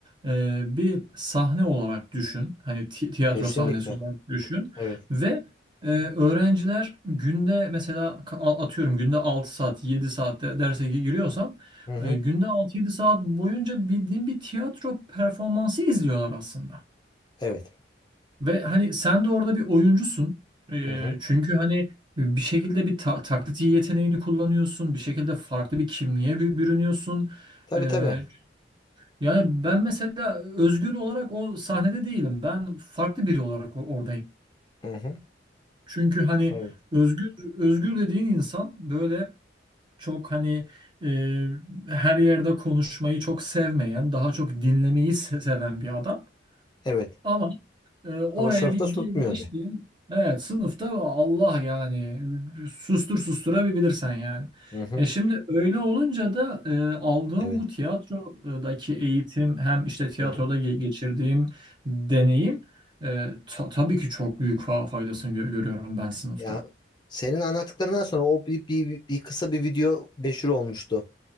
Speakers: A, on the right (about 25°); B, on the left (about 25°).
A: e, bir sahne olarak düşün. Hani ti- tiyatro
B: Kesinlikle.
A: sahnesi olarak düşün
B: Evet.
A: ve e, öğrenciler günde mesela ka- atıyorum günde 6 saat 7 saatte derse gi- giriyorsam
B: Hı hı.
A: e, günde altı yedi saat boyunca bildiğin bir tiyatro performansı izliyorlar aslında.
B: Evet.
A: Ve hani sen de orada bir oyuncusun. E,
B: Hı hı.
A: çünkü hani bir şekilde bir ta taklit yeteneğini kullanıyorsun. Bir şekilde farklı bir kimliğe bü- bürünüyorsun.
B: Tabii
A: E,
B: tabii.
A: yani ben mesela özgür olarak o sahnede değilim. Ben farklı biri olarak o- oradayım.
B: Hı hı.
A: Çünkü hani
B: Evet.
A: özgür özgür dediğin insan böyle çok hani e, her yerde konuşmayı çok sevmeyen, daha çok dinlemeyi se- seven bir adam.
B: Evet.
A: Ama e, oraya
B: Ama sınıfta
A: bir gi-
B: tutmuyordu.
A: geçti. Evet, sınıfta Allah yani sustur susturabilirsen yani.
B: Hı hı.
A: E şimdi öyle olunca da e, aldığım
B: Evet.
A: bu tiyatrodaki eğitim hem işte tiyatroda
B: Hı hı.
A: ge- geçirdiğim deneyim e, ta- tabii ki çok büyük fa- faydasını gö- görüyorum ben sınıfta.
B: Ya senin anlattıklarından sonra o bir, bir, bir kısa bir video meşhur olmuştu.